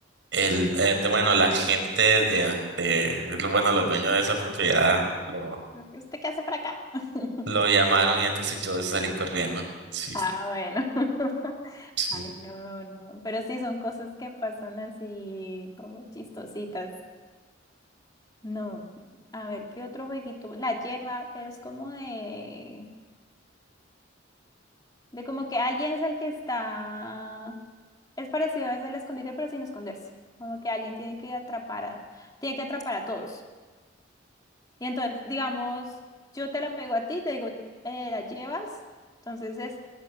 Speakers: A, on the right; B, on the left.
A: el, eh, de- bueno, la gente de, de, lo- bueno, los dueños de esa propiedad lo,
B: ¿Usted qué hace por acá? <laughs>
A: lo llamaron y entonces yo salí corriendo. Sí,
B: Ah, bueno. <laughs>
A: sí.
B: Ay, no, no. Pero sí son cosas que pasan así como chistositas. No. A ver, ¿qué otro jueguito? La lleva, pero es como de De como que alguien es el que está... Es parecido a el escondite, pero sin esconderse. Como que alguien tiene que atrapar a... tiene que atrapar a todos. Y entonces, digamos, yo te la pego a ti, te digo, eh, la llevas. Entonces es,